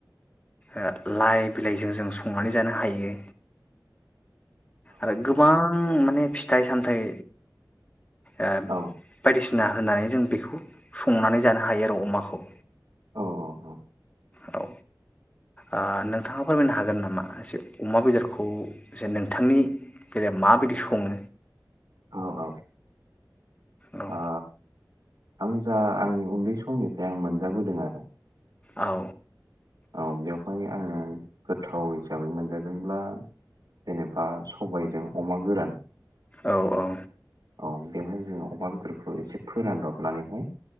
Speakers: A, on the left; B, on the right.
A: ओ लाइ बिलाइजों जों संनानै जानो हायो। आरो गोबां माने फिथाइ सामथाइ ओ
B: औ
A: बायदिसि ना होनानै जों बेखौ संनानै जानो हायो आरो अमाखौ।
B: औ औ औ
A: औ ओ नोंथाङा फोरमायनो हागोन नामा जे अमा बेदरखौ जे नोंथांनि बेलायाव माबायदि सङो?
B: औ औ
A: औ
B: अ आं जा आंनि उन्दै समनिफ्राय आं मोनजाबोदों आरो
A: औ
B: औ बेवहाय आङो गोथाव हिसाबै मोनजादोंब्ला जेनेबा सबायजों अमा गोरान।
A: औ औ
B: औ बेवहाय जोङो अमा बेदरखौ एसे फोरानब्रबनानैहाय